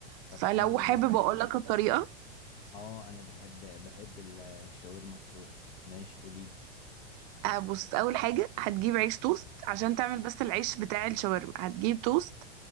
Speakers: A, on the left (about 55°); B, on the right (about 40°).
A: طب
B: فلو
A: حلو
B: حابب
A: ده
B: اقول لك الطريقة
A: اه انا بحب بحب ال- الشاورما السوري ماشي قوليلي
B: آه بص اول حاجة هتجيب عيش توست عشان تعمل بس العيش بتاع الشاورما هتجيب توست